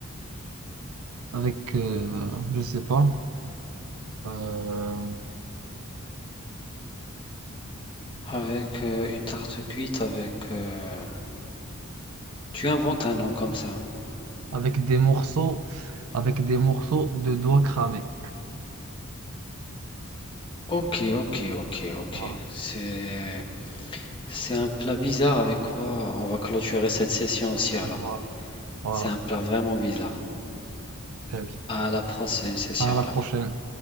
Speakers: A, on the right (about 85°); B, on the left (about 25°).
A: avec euh, je sais pas euh,
B: avec euh, une tarte cuite avec euh, tu inventes un nom comme ça.
A: avec des morceaux avec des morceaux de doigts cramés.
B: Ok, ok, ok, ok.
A: Voilà,
B: C'est c'est un plat bizarre avec quoi on va clôturer cette session aussi alors.
A: voilà, voilà.
B: C'est un plat vraiment bizarre.
A: Très bien.
B: À la prochaine session
A: À la
B: alors.
A: prochaine.